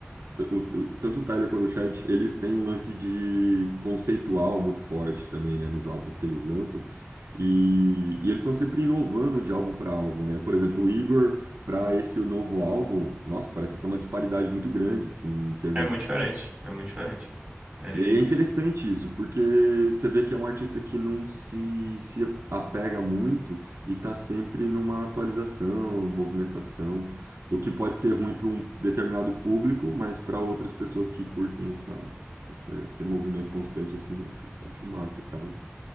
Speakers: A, on the right; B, on the right.
A: t- o- o- tanto o Tyler quanto o Chad, eles têm um lance de conceitual muito forte também, né, nos álbuns que eles lançam. E, e eles estão sempre inovando de álbum para álbum, né? Por exemplo, o Igor, para esse novo álbum, nossa, parece que tá uma disparidade muito grande, assim, em termos
B: É muito diferente, é muito diferente. Ele...
A: e aí é interessante isso, porque você vê que é um artista que não se, se apega muito e está sempre numa atualização, movimentação, o que pode ser ruim para um determinado público, mas para outras pessoas que curtem essa, essa, esse movimento constante, assim, eu acho, acho massa, sabe?